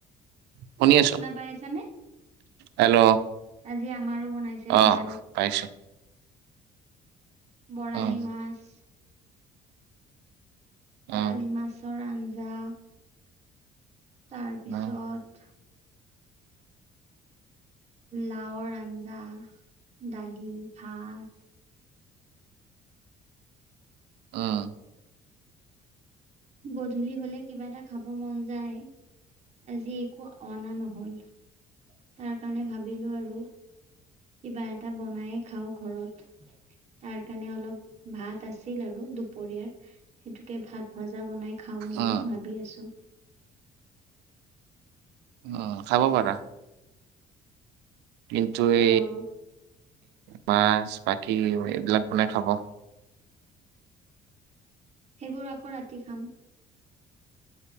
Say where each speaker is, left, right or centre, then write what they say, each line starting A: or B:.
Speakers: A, on the right; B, on the right.
A: শুনি আছোঁ
B: শুনা পাই আছানে
A: হেল্ল'।
B: আজি আমাৰো বনাইছে।
A: অ',
B: ভাল
A: পাইছোঁ।
B: বৰালি
A: উম
B: মাছ বৰালি
A: উম
B: মাছৰ আঞ্জা। তাৰপিছত
A: উম
B: লাওৰ আঞ্জা দালি ভাত।
A: অ'।
B: গধূলি হ'লে কিবা এটা খাব মন যায়। আজি একো অনা নহ'ল তাৰ কাৰণে ভাবিলোঁ আৰু। কিবা এটা বনায়ে খাও ঘৰত। তাৰ কাৰণে অলপ ভাত আছিল আৰু দুপৰীয়াৰ। সেইটোকে ভাত ভজা বনাই খাওঁ নেকি
A: উম
B: ভাবি আছোঁ।
A: অহ, খাব পাৰা। কিন্তু এই
B: অ
A: মাছ বাকি এইবিলাক কোনে খাব।
B: সেইবোৰ আকৌ ৰাতি খাম।